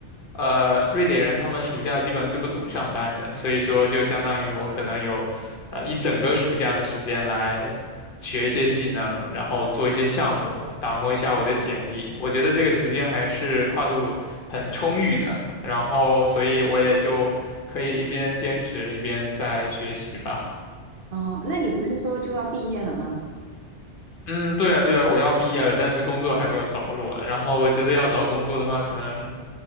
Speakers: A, on the left; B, on the right.
A: 呃，瑞典人他们暑假基本是不怎么上班的，所以说就相当于我可能有呃一整个暑假的时间来学一些技能，然后做一些项目，打磨一下我的简历。我觉得这个时间还是跨度很充裕的，然后所以我也就可以一边兼职一边在学习吧。
B: 哦，那你不是说就要毕业了吗？
A: 嗯，对啊，对啊，我要毕业了，但是工作还没有着落。然后我觉得要找工作的话，可能，